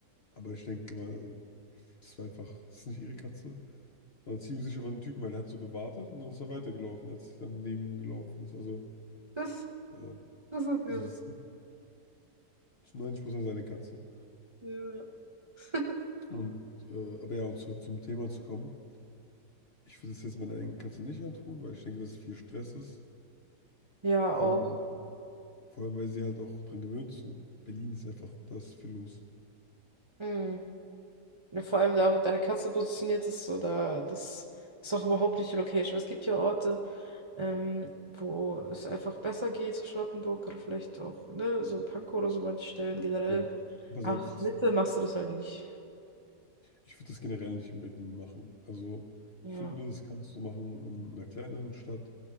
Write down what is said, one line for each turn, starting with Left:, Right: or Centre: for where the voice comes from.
Left: aber ich denke mal, das war einfach, das ist nicht ihre Katze, sondern ziemlich sicher von dem Typen, weil er hat so gewartet und dann ist er weitergelaufen, als ich dann neben ihm gelaufen ist. Also,
Right: Das,
Left: äh,
Right: das ist
Left: also
Right: ja.
Left: es ist zu 90% seine Katze.
Right: Ja. <laughs>
Left: Und, äh, aber ja, auch zurück zum Thema zu kommen. Ich würde es jetzt meiner eigenen Katze nicht antun, weil ich denke, dass es viel Stress ist.
Right: Ja, auch.
Left: Ähm, vor allem, weil sie halt auch dran gewöhnt ist und Berlin ist einfach, da ist viel los.
Right: Mm. Ja, vor allem da, wo deine Katze positioniert ist, so da, das ist auch überhaupt nicht die Location. Weil Es gibt ja Orte, ähm, wo es einfach besser geht, so Charlottenburg oder vielleicht auch, ne, so Pankow oder so manche Stellen generell.
Left: Ja. Aber selbst
Right: Aber in der Mitte machst du das halt nicht.
Left: Ich würde das generell nicht in Berlin machen. Also
Right: Ja.
Left: ich finde, das kannst du machen in einer kleineren Stadt